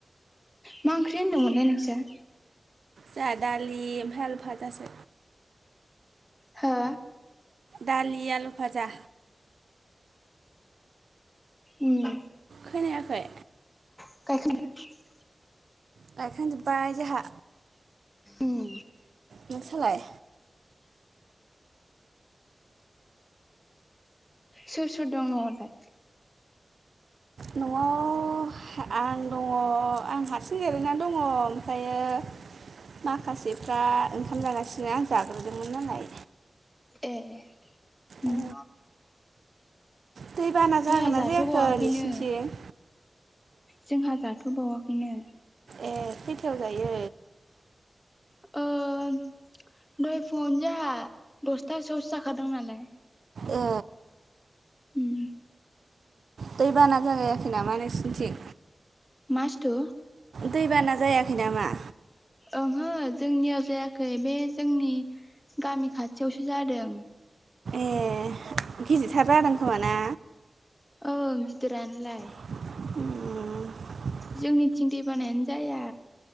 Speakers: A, on the left; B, on the right.
A: मा ओंख्रि होनदोंमोनलै नोंस्रा?
B: जोंहा दालि ओमफाय आलु फाजासो।
A: हा
B: दालि आलु फाजा‌।
A: उम
B: खोनायाखै‌?
A: <unintelligible>
B: गायखांजोब्बाय जोंहा
A: उम
B: नोंसालाय?
A: सोर सोर दं न'आवलाय?
B: न'आव आं दङ आं हारसिं जिरैनानै दङ ओमफायो माखासेफ्रा ओंखाम जागासिनो आं जाग्रोदोंमोन नालाय‌।
A: ए उम
B: ओ दै बाना
A: जोंहा
B: जागोनना
A: जाथ'बावाखैनो
B: जायाखै नोंसिरनिथिं
A: जोंहा जाथ'बावाखैनो।
B: ए खैथायाव जायो।
A: दह फुनो जोंहा दसथासोआवसो जाखादोंथ नालाय
B: ओ
A: उम
B: दै बाना जागायाखै नामा नोंसिोरनिथिं
A: मासथु?
B: दैबाना जायाखै नामा?
A: ओंहो जोंनियाव जायाखै बे जोंनि गामि खाथियावसो जादों।
B: ए गिदिरथार जादों खोमा ना?
A: औ गिदिरानोलाय।
B: उम
A: जोंनिथिं दै बानायानो जाया।